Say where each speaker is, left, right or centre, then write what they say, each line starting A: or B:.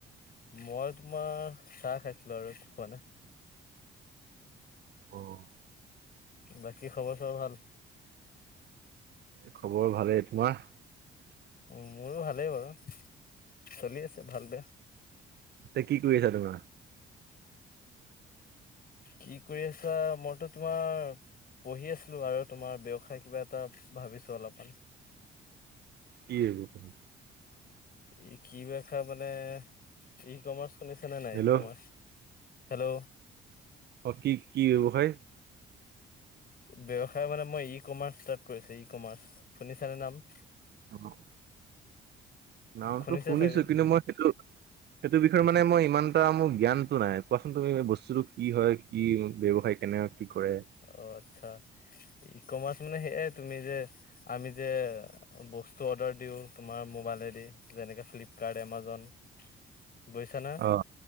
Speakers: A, on the left; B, on the right.
A: মই তোমাৰ চাহ খাইছিলো আৰু একো খোৱা নাই।
B: অ'।
A: বাকী খবৰ চবৰ ভাল?
B: এই খবৰ ভালেই, তোমাৰ?
A: উম, মোৰো ভালেই বাৰু চলি আছে ভাল বেয়া।
B: এ কি কৰি আছা তোমাৰ?
A: কি কৰি আছা মইতো তোমাৰ পঢ়ি আছিলো আৰু তোমাৰ ব্যৱসায় কিবা এটা ভাবিছো অলপমান।
B: কি হ'ব <unintelligible>
A: ই কি <unintelligible> মানে ই কমাৰ্চ শুনিছানে নাই
B: হেল্ল'
A: ই কমাৰ্চ? হেল্ল'।
B: অ', কি কি ব্যৱসায়?
A: ব্যৱসায় মানে মই ই কমাৰ্চ ষ্টাৰ্ট কৰিছো ই কমাৰ্চ শুনিছানে নাম?
B: অ'। নামটো
A: শুনিছা
B: শুনিছো
A: চাগে
B: কিন্তু মই সেইটো সেইটো বিষয়ে মানে মই ইমান এটা মোৰ জ্ঞান টো নাই। কোৱাচোন তুমি বস্তুতটো কি হয় কি ব্যৱসায় কেনে কি কৰে।
A: অ', আচ্ছা, ই কমাৰ্চ মানে সেই তুমি যে আমি যে বস্তু অৰ্ডাৰ দিওঁ। তোমাৰ মোবাইলে দি যেনেকে ফ্লিপকাৰ্ট, এমাজন। বুজিছা নে?
B: অ